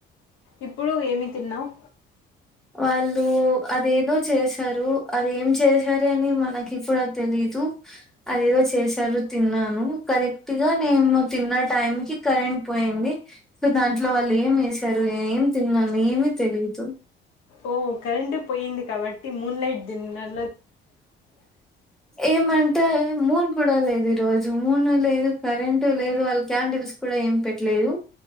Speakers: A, on the left (about 90°); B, in the centre.
A: ఇప్పుడు ఏమి తిన్నావు
B: వాళ్ళు అదేదో చేశారు అదేం చేశార అని మనకి కూడా తెలీదు అదేదో చేశారు తిన్నాను కరెక్ట్గా నేను తిన్న టైం కి కరెంట్ పోయింది సో దాంట్లో వాళ్ళు ఏం వేసారు ఏం తిన్నాను ఏమి తెలియదు
A: ఓ కరెంట్ పోయింది కాబట్టి మూన్లైట్ డిన్నర్
B: ఏమంటా ముూన్ కూడా లేదు ఈ రోజు మూను లేదు కరెంట్ లేదు వాళ్ళు క్యాండిల్స్ కూడా ఏం పెట్టలేదు